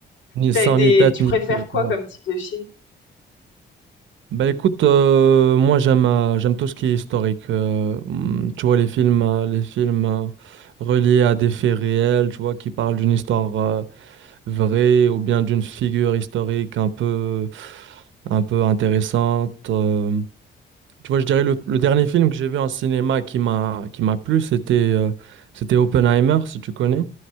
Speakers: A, on the right; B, on the left.
A: ni,
B: T'as
A: sans
B: des...
A: ni tête
B: Tu
A: ni
B: préfères
A: queue,
B: quoi
A: tu vois.
B: comme type de film?
A: Bah écoute, euh, moi j'aime euh, j'aime tout ce qui est historique. euh, hmm, tu vois les films euh, les films euh, reliés à des faits réels, tu vois qui parlent d'une histoire euh, vraie ou bien d'une figure historique un peu un peu intéressante. euh. tu vois, je dirais le, le dernier film que j'ai vu en cinéma qui m'a qui m'a plu, c'était euh, c'était Oppenheimer, si tu connais.